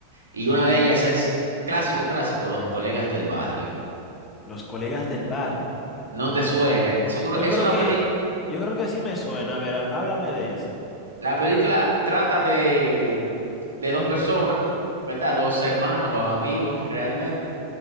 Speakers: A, on the right; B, on the left.
A: Y una de ellas es clásico, clásico, Los colegas del barrio.
B: Los colegas del barrio.
A: No te suena. Son uno-
B: Yo
A: Es
B: creo
A: una
B: que,
A: película...
B: yo creo que sí me suena. A ver, há- háblame de ese.
A: La película trata de, de dos personas, ¿verdad? Dos hermanos o amigos que realmente